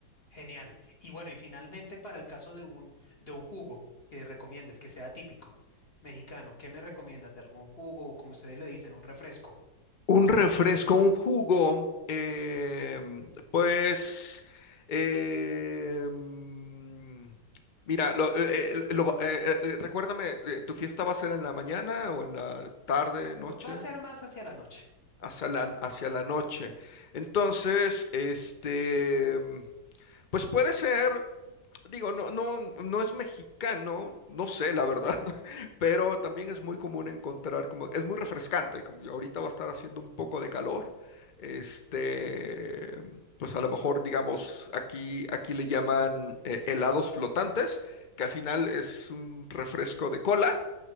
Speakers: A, on the left; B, on the left.
A: genial. Y bueno, y finalmente, para el caso de un, de un jugo que recomiendes, que sea típico mexicano, ¿qué me recomiendas de algún jugo o, como ustedes le dicen, un refresco?
B: Un refresco, un jugo, eh, pues, eh, mm, mira, lo- eh, eh, lo- eh, eh, recuérdame, eh, ¿tu fiesta va a ser en la mañana o en la tarde, noche?
A: Va va a ser más hacia la noche.
B: Hacia la, hacia la noche. Entonces, este... Pues puede ser, digo, no, no, no es mexicano, no sé, la verdad, <laughs> pero también es muy común encontrar, como, es muy refrescante, como ahorita va a estar haciendo un poco de calor, este, pues a lo mejor, digamos, aquí, aquí le llaman eh, helados flotantes, que al final es un refresco de cola,